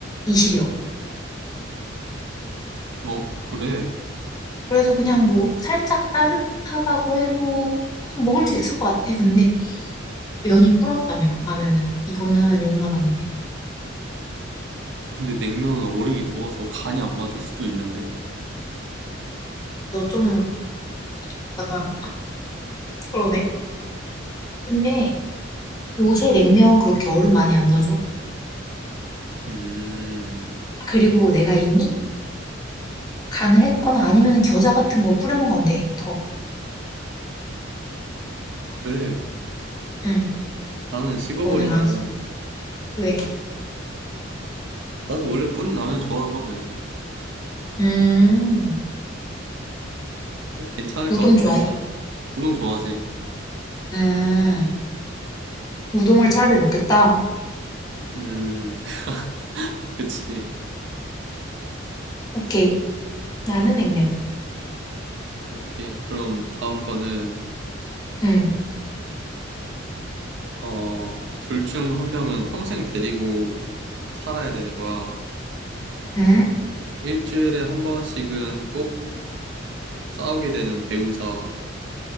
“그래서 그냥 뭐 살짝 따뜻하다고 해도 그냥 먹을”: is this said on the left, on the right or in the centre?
Left